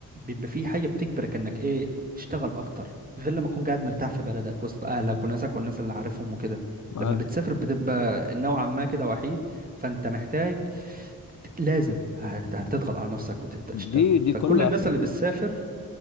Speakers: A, on the right (about 25°); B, on the left (about 55°).
A: بيبقى في حاجة بتجبرك إنك إيه تشتغل أكتر غير لما تكون قاعد مرتاح في بلدك وسط أهلك وناسك والناس اللي عارفهم وكده
B: ما
A: لما بتسافر بتبقى نوعا ما كده وحيد فأنت محتاج لازم هت- هتضغط على نفسك وتبدأ تشتغل
B: دي دي
A: فكل
B: كلها
A: الناس
B: خ-
A: اللي بتسافر